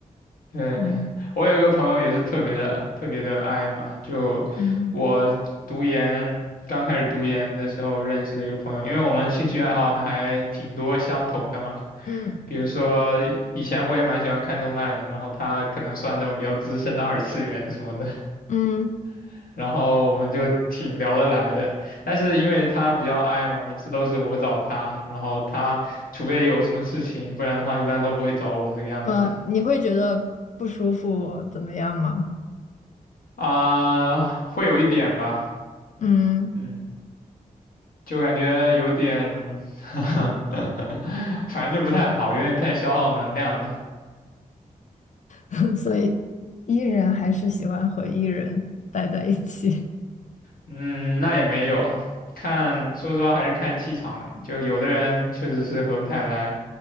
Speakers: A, on the left; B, on the left.
A: 对，
B: 嗯
A: 我有一个朋友也是特别的特别的 i 嘛，就我读研刚开始读研的时候认识的一个朋友，
B: 嗯
A: 因为我们兴趣爱好还挺多相同的嘛。
B: 嗯
A: 比如说以前我也蛮喜欢看动漫的，然后他可能算那种比较资深的二次元什么的，
B: 嗯，
A: <laughs> 然后我们就挺聊得来的。但是因为他比较 i 嘛，每次都是我找他，然后他除非有什么事情，不然的话一般都不会找我这个样子。
B: 呃，你会觉得不舒服怎么样吗？
A: 啊，会有一点吧，
B: 嗯。
A: 嗯，就感觉有点，<laughs> 反正就不太好，有点太消耗能量了。
B: <laughs> 所以 E 人还是喜欢和 E 人待在一起，
A: 嗯，那也没有，看，说实话还是看气场，就有的人确实是合不太来，